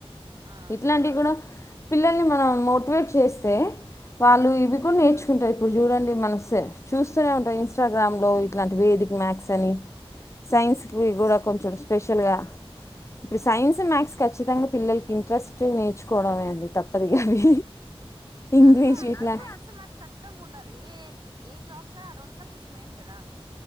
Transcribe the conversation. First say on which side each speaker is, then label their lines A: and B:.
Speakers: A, on the right; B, on the left.
A: ఆ
B: ఇట్లాంటివి కూడా పిల్లల్ని మనం మొ మోటివేట్ చేస్తే వాళ్ళు ఇవి
A: ఉమ్
B: కూడా నేర్చుకుంటారు ఇప్పుడు చూడండి మనసే చూస్ చూస్తూనే ఉంటాయి ఇన్స్టాగ్రామ్లో ఇట్లాంటి వేదిక్ మ్యాథ్స్ అని సైన్స్కి కూడా కొంచెం స్పెషల్గా ఇప్పుడు సైన్స్ మ్యాథ్స్ ఖచ్చితంగా పిల్లలకి ఇంట్రెస్ట్గా నేర్చుకోవడమే అండి తప్పదుగా అవి ఇంగ్లీష్
A: అంతే అంతే
B: ఇట్లా
A: సైన్స్ మ్యాథ్స్ ఖచ్చితంగా ఉండాలి ఏ జాబ్ కైన రెండు సబ్జెక్ట్స్ మెన్ కదా